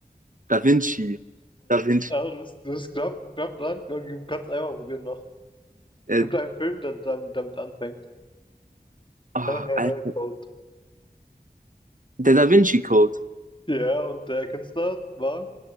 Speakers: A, on the right (about 55°); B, on the left (about 30°).
A: Da Vinci, Da Vinci,
B: Ja, du bist, du bist knapp, knapp dran. Du kannst einmal probieren noch.
A: äh,
B: Gibt einen Film, der dam- damit anfängt.
A: ah,
B: <laughs>
A: Alter.
B: Code.
A: der Da Vinci Code,
B: Ja, und der Künstler war?